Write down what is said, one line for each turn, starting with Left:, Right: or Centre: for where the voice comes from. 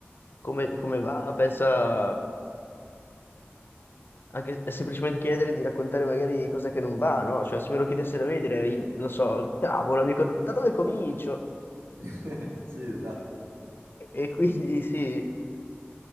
Left: come, come va, pensa, anche semplicemente chiedere di raccontare magari cosa che non va, no? Cioè, se me lo chiedessero a me direi, non so, cavolo, amico, da da dove comincio?
Right: <laughs> Sì, esatto,
Left: E quindi sì.